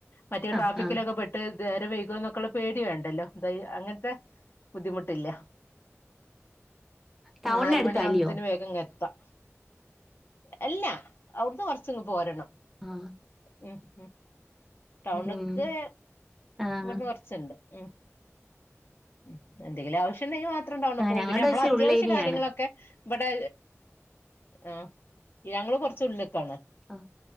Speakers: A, on the left; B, in the centre.
A: മറ്റേ
B: ആഹ്
A: ട്രാഫിക്കിലൊക്കെ
B: ആഹ്
A: പെട്ട് ദേരം വൈകോ എന്നൊക്കെള്ള പേടി വേണ്ടല്ലോ എന്തയി അങ്ങനത്തെ ബുദ്ധിമുട്ടില്ല
B: ടൗണിനടുത്താല്ലയോ
A: നാലുമണിയാവുമ്പത്തിന് വേഗം ഇങ്ങെത്താം അല്ല അവിടുന്ന് കുറച്ചിങ്ങ് പോരണം
B: ആഹ്
A: ഉം ഉം ടൗണ്ക്ക്
B: ഉം ആഹ്
A: ഇവട്ന്ന് കുറച്ചുണ്ട് ഉം ഉം എന്തെങ്കിലും ആവശ്യംണ്ടെങ്കിൽ മാത്രം ടൗണില്
B: ആഹ്
A: പോവും
B: ഞങ്ങളുടെ
A: പിന്നെ നമ്മള
B: ഇച്ചിരി
A: അത്യാവശ്യ
B: ഉള്ളേരിയാണ്
A: കാര്യങ്ങളൊക്കെ ഇബടെ ആഹ് ഞങ്ങള് കൊറച്ചുള്ള്ക്കാണ്
B: ആഹ്